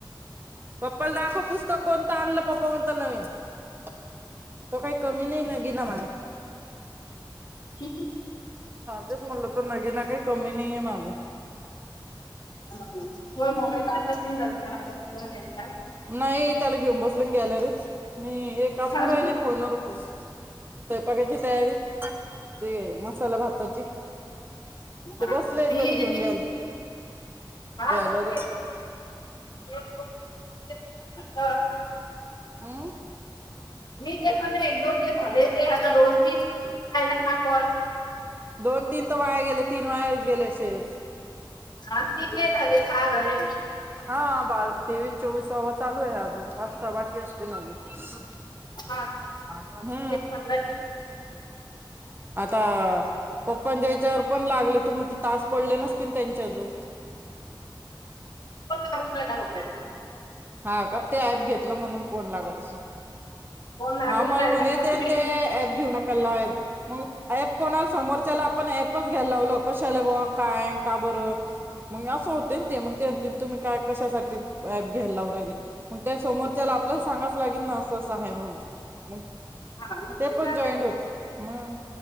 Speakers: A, on the right; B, on the left.
A: पप्पाला दाखव पुस्तक कोणतं आणलं पप्पा म्हणत नवीन तो काही कमी नाही न गी ना मला
B: <unintelligible>
A: तेच मुलं तर नगि ना काही कमी नाहीये माझं
B: ह ह तु मळ काय ती झाल. हा ब <unintelligible>
A: नाही त्याला घेऊन बसले मी गॅलरीत मी हे काकू
B: हाव
A: राहिली फोनवर फ स्वयंपाकाचे. तयारी ते मसाला भाताची,
B: हा
A: ते बसले
B: मी
A: त्याला घेऊन
B: मी
A: ग्याल
B: पाहत
A: ग्यालरीत.
B: होते एक दोन हा.
A: हम्
B: मी ते सले एक दोन जे झाले, ते आता रोज रायला हा कॉल.
A: दोन तीन तर वाया गेले. तीन वेळास गेले असेच.
B: हा तिथे झाले सहा झाले ना.
A: हा बावी तेवीस चोवीस वावा चालू आहे. अजून पाच स बाकी असतील अजून.
B: हा.
A: हम्म
B: मी तेच म्हणलं की
A: आ ता ओपनच्या याच्यावर पण लागले तू म्हणते, तास पडले नसतील त्यांचे अजून.
B: खाऊ आला होका ते.
A: हा का ते ऍप घेतलं म्हणून फोन लागत असे,
B: फोन लागून
A: हा मला
B: राहिला
A: म्हणे
B: कंटिन्यू
A: ते ते ऍप घेऊ नकाल ला मग. ॲब कोणाल समर त्याला आपण ॲप घ्यायला लावल कशाला बुवा. काय का बरं मग असं होते. ते मग तुम्ही काय कशासाठी. घेल् लावरले. म त्या समोर. त्याला आपल्याला सांगाच लागेल ना असं असं आहे. म्हणून मग
B: हा मग
A: ते पण
B: झालं.
A: जॉईंट होत मग